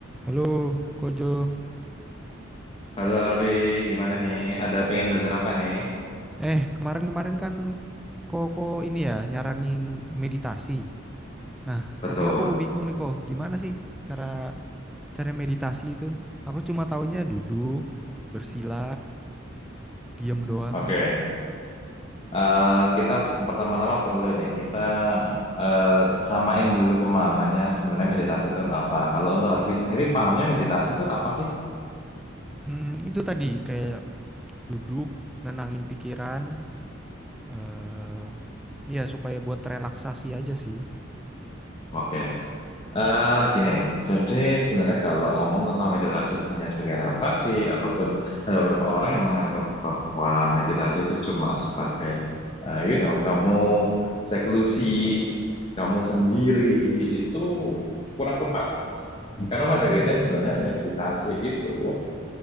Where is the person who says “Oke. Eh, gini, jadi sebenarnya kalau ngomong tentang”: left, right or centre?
Left